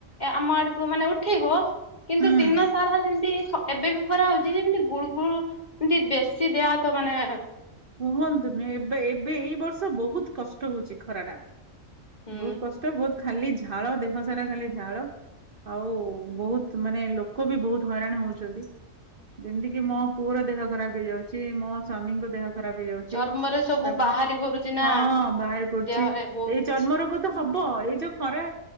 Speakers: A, on the left; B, on the right.
A: ଆମ ଆଡକୁ ମାନେ ଉଠେଇବ କିନ୍ତୁ
B: ହୁଁ
A: ଦିନ ସାରା ଯେମିତି ସ ଏବେ ବି ଖରା ହଉଛି ଯେ ଯେମିତି ଗୁଳୁ ଗୁଳୁ ଏମିତି ବେଶୀ ଦେହ ତ ମାନେ
B: ଓଃ କୁହନ୍ତୁନି ଏବେ ଏବେ ଏଇ ବର୍ଷ ବହୁତ କଷ୍ଟ ହଉଛି ଖରା ଟା।
A: ହୁଁ
B: ବହୁତ କଷ୍ଟ, ବହୁତ ଖାଲି ଝାଳ ଦେହ ସାରା ଖାଲି ଝାଳ। ଆଉ ବହୁତ ମାନେ ଲୋକ ବି ବହୁତ ହଇରାଣ ହଉଛନ୍ତି। ଯେମତି କିି ମୋ ପୁଅର ଦେହ ଖରାପ ହେଇଯାଉଛି, ମୋ ସ୍ଵାମୀଙ୍କ ଦେହ ଖରାପ ହେଇଯାଉଛି,
A: ଚର୍ମରେ ସବୁ
B: ତାପରେ
A: ବାହାରି ପଡୁଛି ନା
B: ହଁ ବାହାରି ପଡୁଛି
A: ଦେହରେ ବହୁତ
B: ଏଇ
A: କିଛି
B: ଚର୍ମ ରୋଗ ତ ହବ ଏଇ ଯୋଉ ଖରା